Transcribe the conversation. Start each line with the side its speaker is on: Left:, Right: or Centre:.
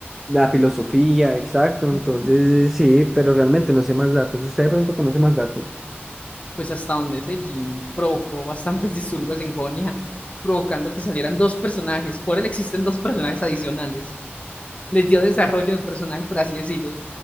Centre: la filosofía, exacto. Entonces,
Left: ujú.
Centre: sí, pero realmente no sé más datos. Si ¿Usted de pronto conoce más datos?
Left: pues hasta donde ese Jin provocó bastantes <laughs> disturbios en Jonia, provocando que salieran dos personajes. Por él existen dos personajes adicionales. Les dio desarrollo de personaje, por así decirlo.